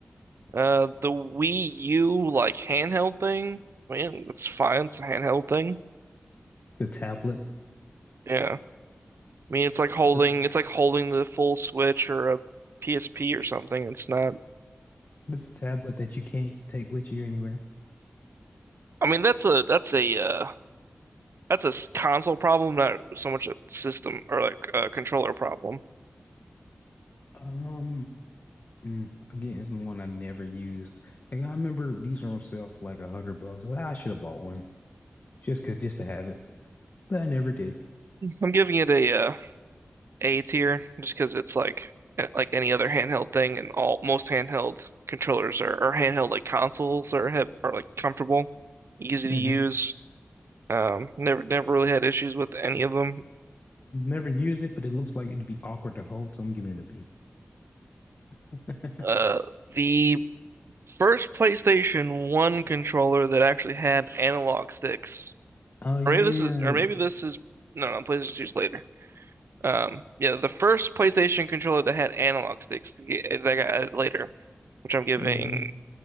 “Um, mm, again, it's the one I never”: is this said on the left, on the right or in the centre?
Left